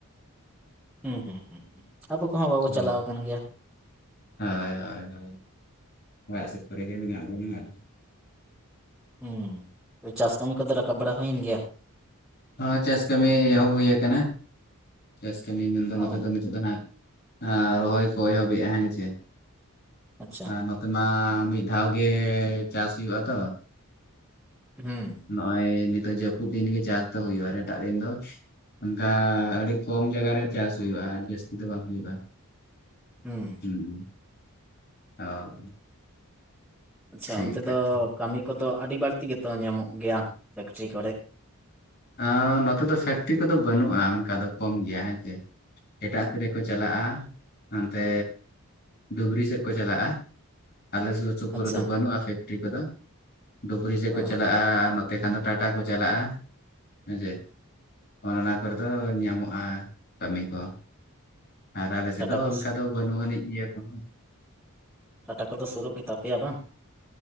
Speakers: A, in the centre; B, on the left.
A: ᱦᱩᱸ ᱦᱩᱸ ᱦᱩᱸ ᱦᱩᱸ ᱟᱵᱚ ᱠᱚᱦᱚᱸ ᱵᱟᱵᱚ
B: ᱦᱳᱭ
A: ᱪᱟᱞᱟᱣ ᱟᱠᱟᱱ ᱜᱮᱭᱟ᱾
B: ᱦᱳᱭ ᱦᱳᱭ ᱦᱳᱭ ᱚᱲᱟᱜ ᱥᱮᱫ ᱠᱚ ᱨᱮᱜᱮ ᱢᱮᱱᱟᱜ ᱵᱚᱱ ᱜᱮᱭᱟ ᱟᱨ ᱠᱤ᱾
A: ᱦᱩᱸ ᱛᱚᱵᱮ ᱪᱟᱥ ᱠᱟᱹᱢᱤ ᱠᱚᱫᱚ ᱨᱟᱠᱟᱵ ᱵᱟᱲᱟ ᱦᱩᱭᱮᱱ ᱜᱮᱭᱟ?
B: ᱦᱚ ᱪᱟᱥ ᱠᱟᱹᱢᱤ ᱮᱦᱚᱵ ᱦᱩᱭᱟᱠᱟᱱᱟ ᱪᱟᱥ ᱠᱟᱹᱢᱤ ᱢᱮᱱᱫᱚ
A: ᱚ
B: ᱱᱚᱛᱮ ᱫᱚ ᱱᱤᱛᱚᱜ ᱫᱚ ᱱᱟᱜ ᱟᱻ ᱨᱚᱦᱚᱭ ᱠᱚ ᱮᱦᱚᱵ ᱮᱟ ᱦᱮᱪᱮ
A: ᱟᱪᱪᱷᱟ
B: ᱟᱨ ᱱᱚ ᱛᱮᱢᱟ ᱢᱤᱫ ᱫᱷᱟᱣ ᱜᱮ ᱪᱟᱥ ᱦᱩᱭᱩᱜ-ᱟ ᱛᱚ
A: ᱦᱩᱸ᱾
B: ᱱᱚᱜ-ᱚᱭ ᱱᱤᱛᱚᱜ ᱡᱟᱯᱩᱫ ᱫᱤᱱ ᱜᱮ ᱪᱟᱥ ᱫᱚ ᱦᱩᱭᱩᱜ-ᱟ ᱟᱨ ᱮᱴᱟᱠ ᱫᱤᱱ ᱫᱚ? ᱚᱱᱠᱟ ᱟᱹᱰᱤ ᱠᱚᱢ ᱡᱟᱭᱜᱟ ᱨᱮ ᱪᱟᱥ ᱦᱩᱭᱩᱜ-ᱟ ᱟᱹᱰᱤ ᱡᱟᱹᱥᱛᱤ ᱫᱚ ᱵᱟᱝ ᱦᱩᱭᱩᱜ-ᱟ᱾
A: ᱦᱩᱸ᱾
B: ᱦᱩᱸ ᱚ᱾
A: ᱟᱪᱪᱷᱟ
B: ᱴᱷᱤᱠ
A: ᱚᱱᱛᱮ
B: ᱠᱟᱛᱷᱟ
A: ᱫᱚ ᱠᱟᱹᱢᱤ ᱠᱚᱫᱚ ᱟᱹᱰᱤ ᱵᱟᱹᱲᱛᱤ ᱜᱮᱛᱚ ᱧᱟᱢᱚᱜ ᱜᱮᱭᱟ ᱯᱷᱮᱠᱴᱨᱤ ᱠᱚᱨᱮ?
B: ᱟᱻ ᱱᱚᱛᱮ ᱫᱚ ᱥᱮᱯᱴᱤ ᱠᱚᱫᱚ ᱵᱟᱹᱱᱩᱜ-ᱟ ᱚᱱᱠᱟ ᱫᱚ ᱠᱚᱢ ᱜᱮᱭᱟ ᱦᱮᱸ ᱥᱮ᱾ ᱮᱴᱟᱜ ᱟᱹᱛᱩ ᱨᱮᱠᱚ ᱪᱟᱞᱟᱜ-ᱟ ᱚᱱᱛᱮ ᱰᱩᱵᱽᱨᱤ ᱥᱮᱫ ᱠᱚ ᱪᱟᱞᱟᱜ-ᱟ᱾ ᱟᱞᱮ ᱥᱩᱨ ᱥᱩᱯᱩᱨ
A: ᱟᱪᱪᱷᱟ
B: ᱨᱮᱫᱚ ᱵᱟᱹᱱᱩᱜ-ᱟ ᱯᱷᱮᱠᱴᱨᱤ ᱠᱚᱫᱚ, ᱰᱩᱵᱽᱨᱤ ᱥᱮᱜ
A: ᱚ
B: ᱠᱚ ᱪᱟᱞᱟᱜ-ᱟ ᱱᱚᱛ ᱛᱮᱠᱷᱟᱱ ᱫᱚ ᱴᱟᱴᱟ ᱠᱚ ᱪᱟᱞᱟᱜ-ᱟ᱾ ᱦᱮᱸ ᱥᱮ ᱚᱱ ᱚᱱᱟ ᱠᱚᱨᱮ ᱫᱚ ᱧᱟᱢᱚᱜ-ᱟ ᱠᱟᱹᱢᱤ ᱠᱚ᱾ ᱟᱨ ᱟᱞᱮ
A: ᱴᱟᱴᱟ
B: ᱥᱮᱫ ᱫᱚ
A: ᱠᱚ
B: ᱚᱱᱠᱟ ᱫᱚ ᱵᱟᱹᱱᱩᱜ ᱟᱹᱱᱤᱡ ᱜᱮᱭᱟ ᱛᱚ᱾
A: ᱴᱟᱴᱟ ᱠᱚᱫᱚ ᱥᱩᱨᱩᱜ ᱜᱮᱛᱟ ᱯᱮᱭᱟ ᱵᱟᱝ?